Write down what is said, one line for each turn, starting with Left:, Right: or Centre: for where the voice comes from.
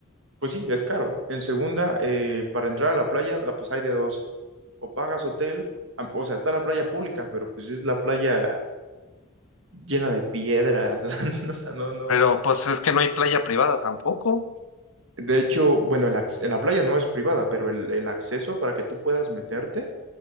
Right: pues sí, es caro. En segunda, eh, para entrar a la playa, ah, pues hay de dos, o pagas hotel, am- o sea, está la playa pública, pero pues es la playa llena de piedras, <laughs> o sea, no, no.
Left: pero pues es que no hay playa privada tampoco.
Right: De hecho, bueno, el acce- la playa no es privada, pero el, el acceso para que tú puedas meterte